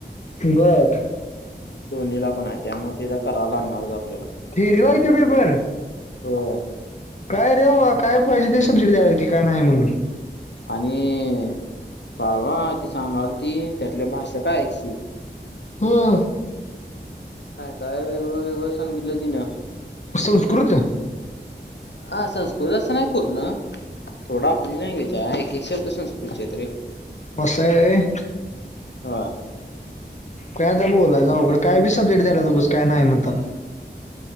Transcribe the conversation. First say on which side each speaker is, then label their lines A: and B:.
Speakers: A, on the left (about 40°); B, on the left (about 70°).
A: बट.
B: दोन्हीला पण आहे त्यामुळे ते जरा करावं लागणारच आपल्याला
A: थेरीला येते पेपर
B: होय.
A: काय रे भावा काय पाहिजे ते सब्जेक्ट द्याल्यात की काय नाही म्हणून
B: आणि बाबा ते सांगाल ती त्यातल्या भाषा काय ऐकशील.
A: हम.
B: काय काय वेगळं वेगळं सांगितलं तिनं.
A: संस्कृत.
B: आ संस्कृत असं. नाही पूर्ण. थोडा आपली लँग्वेज आहे. एक एक शब्द संस्कृतचे येते रे.
A: वसये.
B: हा.
A: काय आता बोलायचं अवघड. काय बी सब्जेक्ट द्याल्यात. उगच काय नाही म्हणताना.